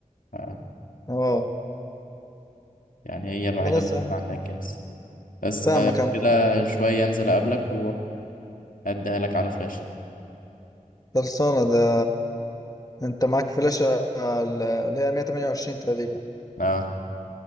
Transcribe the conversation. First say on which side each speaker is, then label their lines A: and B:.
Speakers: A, on the left; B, on the left.
A: ف-
B: اه
A: يعني هي الوحيدة
B: خلاص
A: اللي
B: يعني
A: عندها الجهاز بس
B: فاهمك
A: آه،
B: يا عم
A: كده شوية انزل اقابلك واديها لك على فلاشة
B: خلصانه ده انت معاك فلاشه ال- اللي هي 128 تقريبا
A: اه